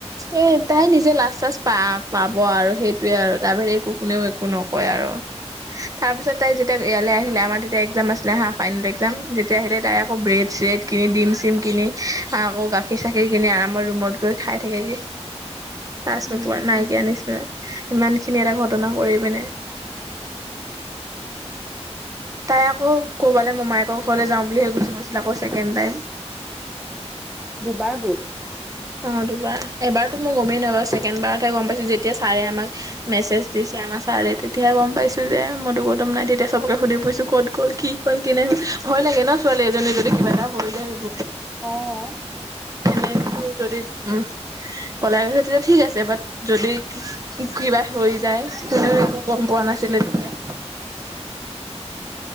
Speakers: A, on the right (about 30°); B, in the centre.
A: এ তাই নিজে লাষ্ট চাষ্ট পা পাব আৰু সেইটোয়ে আৰু তাৰবাহিৰে একো কোনেও একো নকয় আৰু। তাৰ পিছত তাই যেতিয়া ইয়ালৈ আহিলে আমাৰ তেতিয়া এক্জাম আছিল। ছিলে হা ফাইনেল এক্জাম। যেতিয়া আহিলে তাই আকৌ ব্ৰেড-চ্ৰেড, কেক, ডিম-চিম কিনি হা আকৌ গাখীৰ-চাখীৰ কিনি আমাৰ ৰুমত গৈ খাই থাকেগে। কছ
B: উম,
A: নোপোৱা নাইকিয়া আ নিচিনা ইমান খিনি এটা ঘটনা কৰি পিনে তাই আকৌ ক'বালৈ মমায়েকৰ ঘৰলৈ যাওঁ বুলি গুচি গৈছিল আকৌ ছেকেণ্ড টাইম।
B: দুবাৰ গ'ল।
A: অ দুবাৰ এবাৰতো মই গমেই নাপাওঁ। ছেকেণ্ড বাৰতহে গম পাইছোঁ, যেতিয়া ছাৰে আমাক মেছেজ দিছে আমাৰ ছাৰে তেতিয়াহে গম পাইছো যে মইতো গৌতম নাই তেতিয়া চবকে সুধি ফুইছো । ক'ত গ'ল, কি ক'ল, কেনে হল ভয় লাগে ন ছোৱালী এজনী যদি কিবা এটা হৈ যায় হুপ
B: অহ।
A: এনে মোক যদি উ পলাই গৈছে ।তেতিয়া ঠিক আছে বাট যদি কিবা হৈ যায় ।কোনেও একো গম পোৱা নাছিলে তেতিয়া।